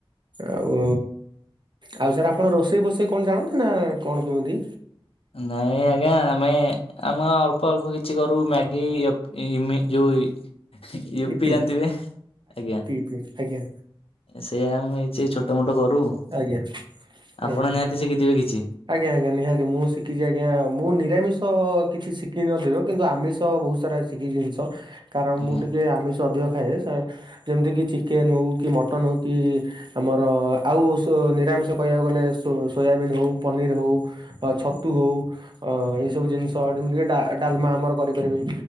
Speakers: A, on the right; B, on the left.
A: ଆଉ <inaudible> ଆଉ ସାର୍ ଆପଣ ରୋଷେଇ ଫୋଷେଇ କଣ ଜାଣନ୍ତି ନା କଣ କେମିତି?
B: ନାଇଁ ଆଜ୍ଞା। ଆମେ ଆମେ ଅଳ୍ପ ଅଳ୍ପ କିଛି କରୁ ମ୍ୟାଗି ଇଏ ମେ ଯୋଉ ଇଏ ୟୁପି
A: ଇପି
B: ଜାଣିଥିବେ <inaudible> ଆଜ୍ଞା।
A: ଆଜ୍ଞା।
B: ସେୟା ଆମେ ଏଛି ଛୋଟ ମୋଟ କରୁ।
A: ଆଜ୍ଞା
B: <inaudible> ଆପଣ
A: ଓହୋ।
B: ନିହାତି ଶିଖିଥିବେ କିଛି।
A: ଆଜ୍ଞା, ଆଜ୍ଞା। ନିହାତି ମୁଁ ଶିଖିଛି ଆଜ୍ଞା!। ମୁଁ ନିରାମିଷ କିଛି ଶିଖିନ ଥିବ। କିନ୍ତୁ ଆମିଷ ବହୁତ ସାରା ଜିନିଷ। କାରଣ
B: ଆଜ୍ଞା
A: ମୁଁ ଟିକେ ଆମିଷ ଅଧିକ ଖାଏ। ଯେମିତି କି ଚିକେନ୍ ହଉ, କି ମଟନ୍ ହଉ। କି, ଆମର ଆଉ ସୁ ନିରାମିଷ କହିବାକୁ ଗଲେ ସୋୟାବିନ୍ ହଉ ପନିର୍ ହଉ, ଛତୁ ହଉ। ଓ ଏଇ ସବୁ ଜିନିଷ ଯେମିତିକି ଡ଼ା ଡାଲମା ଆମର କରିପାରିବି।